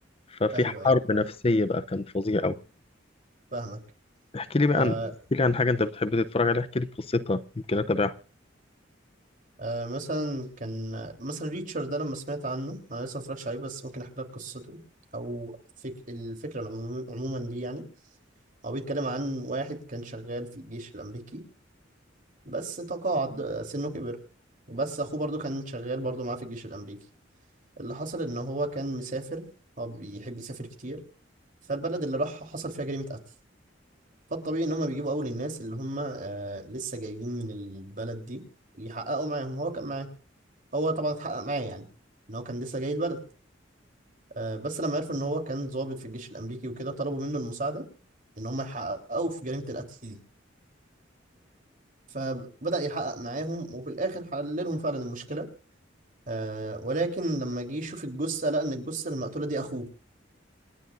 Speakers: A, on the left (about 30°); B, on the right (about 45°).
A: ففي
B: ايوه
A: حرب
B: ايوه
A: نفسية بقى كان فظيع أوي
B: فاهمك
A: احكي لي بقى
B: آه
A: عن احكي لي عن حاجة أنت بتحب تتفرج عليها احكي لي قصتها يمكن أتابعها
B: آه مثلا كان مثلا ريتشر ده لما سمعت عنه انا لسه ما اتفرجتش عليه بس ممكن احكي لك قصته او فك... الفكره العموم- عموما دي يعني هو بيتكلم عن واحد كان شغال في الجيش الأمريكي بس تقاعد سنه كبر وبس أخوه برضو كان شغال برضو معاه في الجيش الأمريكي اللي حصل إن هو كان مسافر هو بيحب يسافر كتير فالبلد اللي راحها حصل فيها جريمة قتل فالطبيعي إن هما بيجيبوا أول الناس اللي هما آه لسه جايين من البلد دي يحققوا معاهم هو كان معاه هو طبعا اتحقق معاه يعني إن هو كان لسه جاي البلد آه بس لما عرفوا إن هو كان ضابط في الجيش الأمريكي وكده طلبوا منه المساعدة إن هما يحققوا في جريمة القتل دي. فبدأ يحقق معاهم وفي الآخر حل لهم فعلا المشكلة آه ولكن لما جه يشوف الجثة لقى إن الجثة المقتولة دي أخوه